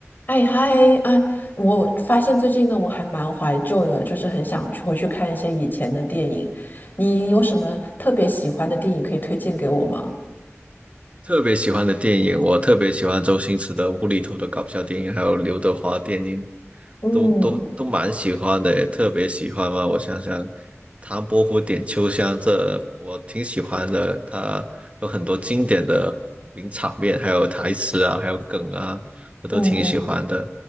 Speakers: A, on the left (about 40°); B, on the right (about 25°).
A: 哎嗨啊！我发现最近呢，我还蛮怀旧的，就是很想去回去看一些以前的电影。你有什么特别喜欢的电影可以推荐给我吗？
B: 特别喜欢的电影，我特别喜欢周星驰的无厘头的搞笑电影，还有刘德华电影，
A: 嗯
B: 都都都蛮喜欢的，特别喜欢嘛。我想想，《唐伯虎点秋香》这我挺喜欢的，它有很多经典的名场面，还有台词啊，还有梗啊，我都挺喜欢的。
A: 嗯嗯，